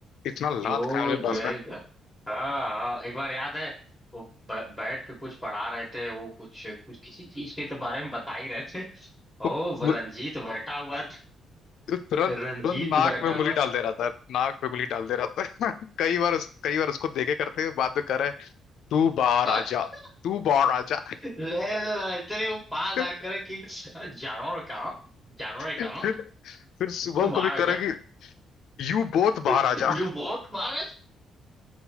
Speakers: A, on the left; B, in the centre.
A: इतना
B: कि
A: लात
B: वो
A: खाए उनकी
B: जो
A: क्लास
B: है
A: में
B: कि- हाँ हाँ एक बार याद है वो ब- बैठ के कुछ पढ़ा रहे थे वो कुछ कुछ किसी चीज के तो बारे में बता ही रहे थे
A: वो
B: ओ वो
A: वो
B: रंजीत बैठा हुआ था
A: तुरंत
B: रंजीत
A: तुरंत नाक
B: बैठा
A: में उंगली
B: हुआ
A: डाल
B: था
A: दे रहा था नाक पे उंगली डाल दे रहा था <laughs> कई बार उस, कई बार उसको देखे करते हुए बाद में करे तू बाहर
B: अरे
A: आजा तू बाहर आजा
B: ले, अरे वो पास
A: <laughs>
B: आकर कि जानवर कहाँ जानवर
A: फिर
B: कहाँ
A: फिर शुभम
B: तुम्हारा
A: कभी करेगी यू बोथ बाहर
B: जो
A: आजा
B: बहुत बार